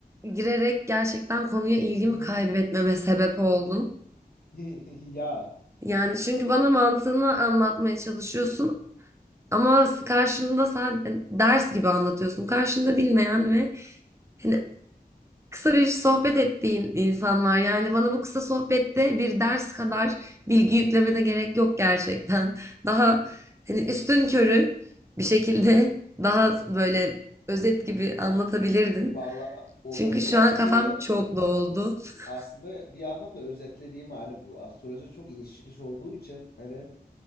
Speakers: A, on the right; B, on the left.
A: girerek gerçekten konuya ilgimi
B: <laughs>
A: kaybetmeme sebep oldun.
B: Ya
A: Yani çünkü bana mantığını anlatmaya çalışıyorsun ama karşında sadece hani, ders gibi anlatıyorsun. Karşında bilmeyen ve hani kısa bir sohbet ettiğin insan var. Yani bana bu kısa sohbette bir ders kadar bilgi yüklemene gerek yok gerçekten. <laughs> Daha hani üstünkörü bir şekilde daha böyle özet gibi anlatabilirdin.
B: valla olabilir
A: Çünkü şu
B: aslında
A: an kafam
B: yine
A: çok doldu. <laughs>
B: aslında bir yandan da özetlediğim hali bu. Astroloji çok iniş çıkış olduğu için hani